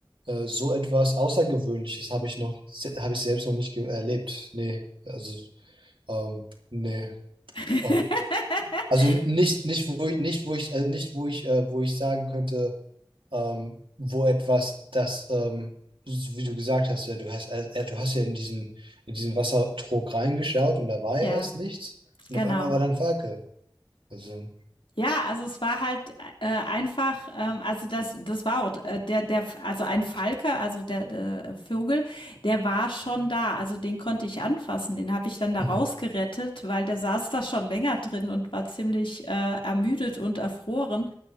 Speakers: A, on the right (about 85°); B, on the left (about 85°).
A: äh, so etwas Außergewöhnliches habe ich noch, se- habe ich selbst noch nicht ge- erlebt. Nee, also, ähm, nee.
B: <laughs>
A: Ähm, also nicht, nicht, wo ich, nicht, wo ich, äh, nicht, wo ich, äh, wo ich sagen könnte, ähm, wo etwas, das, ähm, so wie du gesagt hast, ja, du hast, äh, äh, du hast ja in diesen, in diesen Wassertrog reingeschaut und da war
B: ja,
A: ja erst nichts. Und
B: genau.
A: auf einmal war dann Falke. Also,
B: Ja, also es war halt äh, einfach, ähm, also das, das war auch äh, der, der, also ein Falke, also der, der Vogel, der war schon da, also den konnte ich anfassen, den habe ich dann da
A: mhm.
B: rausgerettet, weil der saß da schon länger drin und war ziemlich äh, ermüdet und erfroren,